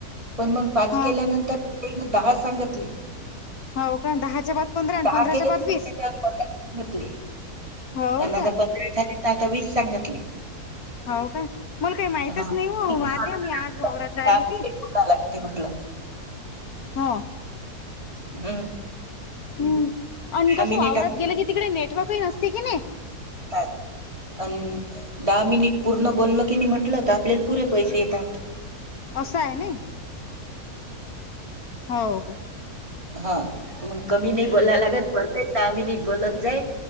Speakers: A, on the right (about 20°); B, on the left (about 70°).
A: पण मंग पाच
B: हा
A: केल्यानंतर दहा सांगितले.
B: हा हो का दहाच्या बाद पंधरा आणि
A: दहा
B: पंधराच्या
A: केले
B: बाद
A: <unintelligible>
B: वीस
A: घेतले.
B: हो
A: आणि
B: का
A: आता पंधरा झाले तर आता वीस सांगितले.
B: हाव का मला काही माहितच
A: हा
B: नाही वो
A: मी
B: वाहत्या
A: काल
B: मी आज वावरात जायल
A: काय
B: होती.
A: बोलायला लागते ते म्हटलं
B: हो.
A: हम्म.
B: हम्म आणि
A: दहा
B: कसं
A: मिनिट
B: वावरात गेलं कि तिकडे नेटवर्कही नसते की नी?
A: त्यात अ दहा मिनिट पूर्ण बोललं की नी म्हटलं तर आपल्याला पुरे पैसे येतात.
B: असं आहे नई. हाव का?
A: हा मग कमी नई
B: हम्म
A: बोला
B: हम्म
A: लागत परफेक्ट दहा मिनिट बोलत जाई